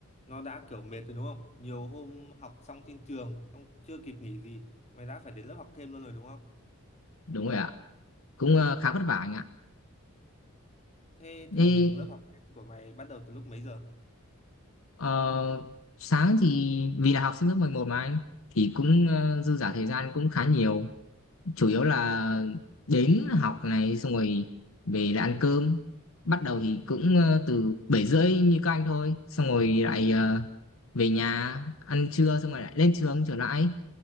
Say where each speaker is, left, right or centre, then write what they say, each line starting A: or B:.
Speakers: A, on the left (about 30°); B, on the left (about 70°).
A: nó đã kiểu mệt rồi đúng không nhiều hôm học xong trên trường không chưa kịp nghỉ gì mày đã phải đến lớp học thêm luôn rồi đúng không
B: Đúng rồi ạ. Cũng ờ, khá vất vả anh ạ.
A: thế thường
B: Thế
A: lớp học thêm của mày bắt đầu từ lúc mấy giờ
B: ờ, sáng thì vì là học sinh lớp 11 mà anh thì cũng ờ, dư giả thời gian cũng khá nhiều chủ yếu là đến học này xong rồi về là ăn cơm bắt đầu thì cũng ờ, từ bảy rưỡi như các anh thôi xong rồi lại ờ, về nhà ăn trưa xong rồi lại lên trường trở lại